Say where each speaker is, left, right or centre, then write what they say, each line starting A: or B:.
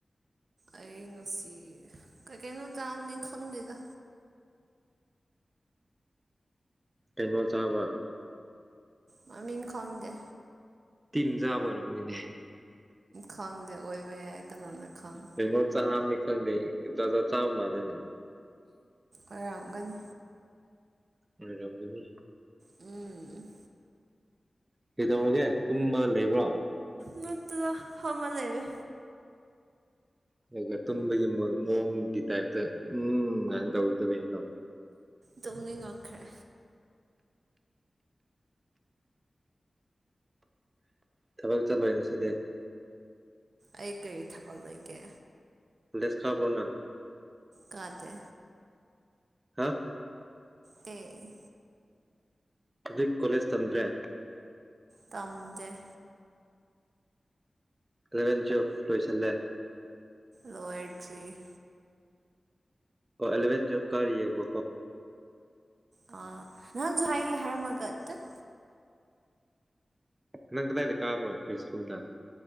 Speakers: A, on the right; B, on the right.
A: ꯑꯩꯩꯅꯁꯤ ꯀ ꯀꯩꯅꯩꯅꯣ ꯇꯕꯅꯤ ꯈꯪꯗꯦꯗ
B: ꯇꯩꯅꯣ ꯆꯥꯕ
A: ꯃꯃꯤ ꯃꯤꯡ ꯈꯪꯗꯦ
B: ꯇꯤꯟꯖꯥꯕ ꯑꯣꯏꯔꯣꯝꯅꯤꯅꯦ
A: ꯈꯪꯗꯦ ꯑꯣꯏꯕ ꯌꯥꯏ ꯀꯅꯥꯅ ꯈꯪ
B: ꯀꯩꯅ‌ꯣ ꯆꯥꯉꯝꯅꯤ ꯍꯪꯗꯦ ꯗꯗ ꯆꯥꯕ ꯃꯥꯂ‌ꯦ
A: ꯑꯣꯏꯣꯏꯔꯝꯒꯅꯤ
B: ꯎꯔꯝꯒꯅꯤ
A: ꯎꯝ
B: ꯀꯩꯗꯧꯔꯒꯦ ꯇꯨꯝꯕ ꯂꯩꯕ꯭ꯔꯣ
A: ꯅꯠꯇꯗ ꯐꯃ ꯂꯩ ꯂꯩꯕ
B: ꯑꯗꯨꯒ ꯇꯨꯝꯕꯒꯤ ꯃꯑꯣꯡꯒꯤ ꯇꯥꯏꯞꯇ ꯎꯝ ꯀꯥꯏꯅ ꯇꯧꯈꯤꯗ ꯀꯩꯅꯣ
A: ꯇꯨꯝꯅ ꯉꯛꯈ꯭ꯔꯦ
B: ꯊꯕꯛ ꯆꯠꯂꯣꯏ ꯉꯁꯤꯗꯤ
A: ꯑꯩ ꯀꯔꯤ ꯊꯕꯛ ꯂꯩꯒꯦ
B: ꯂꯦꯁ ꯈꯥꯕꯅ
A: ꯀꯗꯦ
B: ꯍꯥ
A: ꯇ‌ꯦ
B: ꯍꯧꯖꯤꯛ ꯀꯣꯂꯦꯖ ꯇꯗ꯭ꯔꯦ
A: ꯇꯝꯖꯩ
B: ꯂꯂꯦꯟ ꯑꯐ ꯂꯣꯌꯣꯏꯁ ꯑꯂꯦ
A: ꯂꯣꯏꯇ꯭ꯔꯤ
B: ꯑꯣ ꯑꯦꯂꯦꯟ ꯭ꯋꯦꯜ ꯀꯔ ꯌꯦꯕꯣ
A: ꯑ ꯅꯍꯥꯟꯁꯨ ꯍꯥꯏꯒꯦ ꯍꯥꯏꯔꯝꯃꯒ ꯇꯠ
B: ꯅꯪ ꯀꯗꯥꯏꯗ ꯀꯥꯕ꯭ꯔꯣ ꯐ ꯁ꯭ꯀꯨꯜꯗ